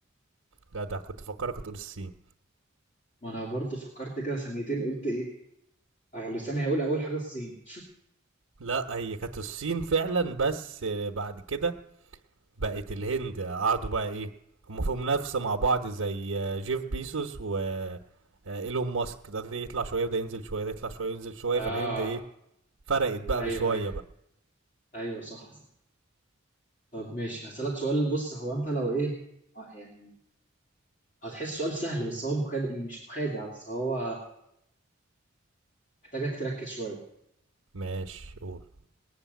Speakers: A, on the right (about 80°); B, on the left (about 35°).
A: لا ده كنت فكرك هتقول الصين
B: ما انا برضه فكرت كده ثانيتين قلت ايه آه، لساني هيقول اول حاجه الصين
A: لا هي كانت الصين فعلا بس آه، بعد كده بقت الهند قعدوا بقى ايه هم في منافسة مع بعض زي آه، جيف بيسوس و آه، ايلون ماسك ده يطلع شوية وده ينزل شوية ده يطلع شوية وينزل شوية
B: اه
A: فالهند ايه فرقت بقى
B: ايوه
A: بشوية
B: ايوه
A: بقى
B: ايوه صح صح طب ماشي هسألك سؤال بص هو انت لو ايه آه، يعني هتحس سؤال سهل بس هو مخادع يعني مش مخادع بس هو محتاجك تركز شويه
A: ماشي قول